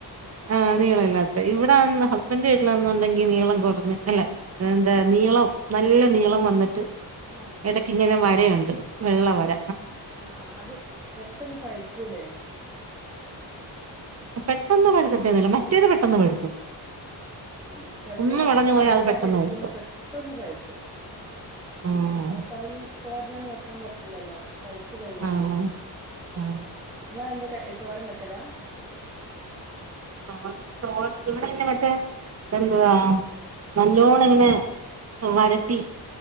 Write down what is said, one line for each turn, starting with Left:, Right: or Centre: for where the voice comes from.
Right: <unintelligible> നീളല്ലാത്ത ഇവിടെന്ന് ഹസ്ബൻ് വീട്ടിൽന്നുണ്ടെങ്കി നീളം കുറഞ്ഞു അല്ലേ എന്താ നീളം നല്ല നീളം വന്നിട്ട്
Centre: ആ
Right: ഇടക്ക്ിങ്ങനെ വരയുണ്ട് വെള്ള വര
Centre: ആ ആ അത് പെട്ടൊന്ന് പയ്ക്കൂല്ലേ
Right: പെട്ടെന്ന് പഴുക്കത്തേന്നല്ല മറ്റേത് പെട്ടെന്ന് പഴുക്കും
Centre: ഉം ചെലത്
Right: ഒന്ന്
Centre: നമ്മള്
Right: വളഞ്ഞു
Centre: കറി
Right: പോയാ
Centre: വെക്കാൻ
Right: അത് പെട്ടെന്ന്
Centre: എടുക്കുമ്പോ
Right: കൊടുക്കും
Centre: പെട്ടെന്ന് പയ്ക്കും.
Right: ആഹ്
Centre: <unintelligible> തോരനൊന്നും വെക്കാൻ പറ്റില്ലല്ലോ പൈത്ത് കഴിഞ്ഞാല്
Right: ആഹ് ആഹ്
Centre: ഇങ്ങള അത് എന്താ കയി തോരൻ വെക്കലാ
Right: <unintelligible> ഇവിടെ ഇങ്ങനെ മറ്റേ എന്തുവാ നല്ലോണ ഇങ്ങനെ വരട്ടി